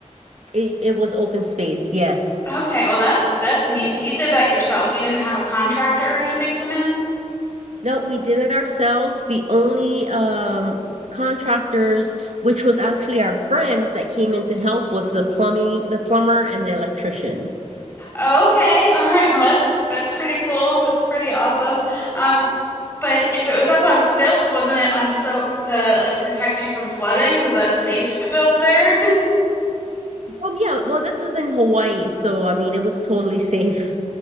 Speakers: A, on the right; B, on the left.
A: it, it was open space yes
B: Okay, well that's that's neat. So you did that yourselves. You didn't have a contractor or anything come in?
A: No, we did it ourselves. The only um contractors, which was actually our friends that came in to help, was the plumbing, the plumber, and the electrician.
B: Oh, okay. <laughs> All right. Well, that's that's pretty cool. That's pretty awesome. Um, but if it was up on stilts, wasn't it on stilts to like protect you from flooding? Was that safe to build there? <laughs>
A: Um, yeah, well, this is in Hawaii, so I mean, it was totally safe.